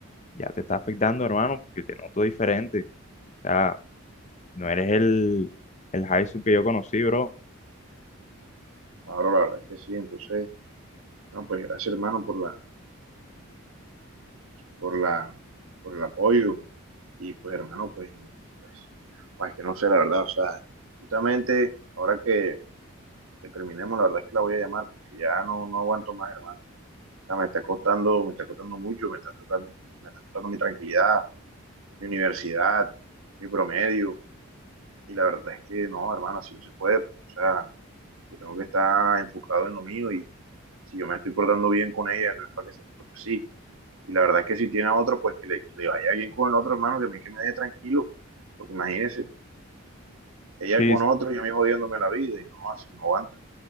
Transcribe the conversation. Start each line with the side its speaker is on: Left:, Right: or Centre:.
Left: ya te está afectando hermano, porque te noto diferente, o sea, no eres el, el Jaisu que yo conocí, bro.
Right: ahora la verdad es que sí, entonces, No, pues gracias, hermano, por la, por la, por el apoyo. Y pues, hermano, pues, no, pues, pues, que no sé, la verdad, o sea, justamente ahora que, que terminemos, la verdad es que la voy a llamar, porque ya no, no aguanto más, hermano. O sea, me está costando, me está costando mucho, me está tocando, me está costando mi tranquilidad, mi universidad, mi promedio. Y la verdad es que no, hermano, así no se puede. porque, o sea, yo tengo que estar enfocado en lo mío y si yo me estoy portando bien con ella, no es para que se porte así. Y la verdad es que si tiene a otro, pues que le, que le vaya bien con el otro hermano, que a mí que me deje tranquilo. Porque imagínese, ella
Left: Sí,
Right: con otro y a mí jodiéndome la vida y no, así no aguanta.